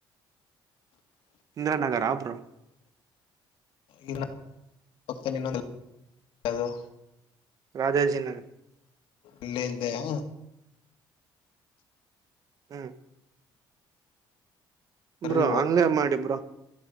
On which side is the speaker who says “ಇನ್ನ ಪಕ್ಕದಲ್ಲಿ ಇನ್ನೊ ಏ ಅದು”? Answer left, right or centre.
Left